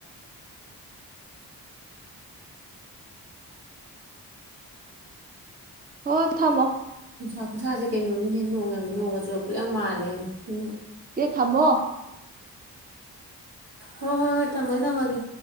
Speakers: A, on the right; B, on the right.
A: ꯍꯣ ꯊꯃꯣ
B: ꯅꯨꯡꯁꯥ ꯈꯨꯁꯥ ꯁꯦ ꯀꯦꯏꯅꯣꯝ ꯅꯤꯍꯦ ꯅꯣꯡ ꯅꯣꯡ ꯒꯥ ꯆꯨꯔꯥꯛ ꯇꯣꯏ ꯌꯥꯝ ꯃꯥꯅꯂꯤ ꯍꯦ꯫
A: ꯆꯦ ꯊꯥꯝꯃꯣ
B: ꯍꯣꯏ ꯍꯣꯏ ꯍꯣꯏ ꯊꯝꯃꯒꯦ ꯊꯝꯃꯒꯦ